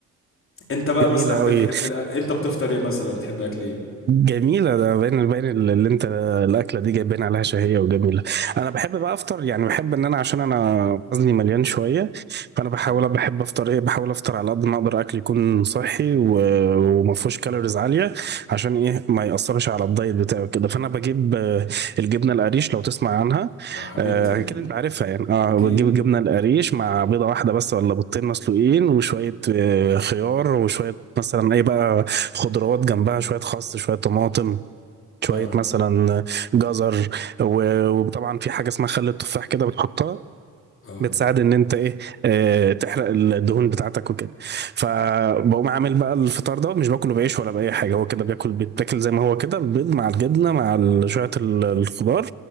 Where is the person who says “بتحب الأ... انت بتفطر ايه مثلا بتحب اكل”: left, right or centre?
Left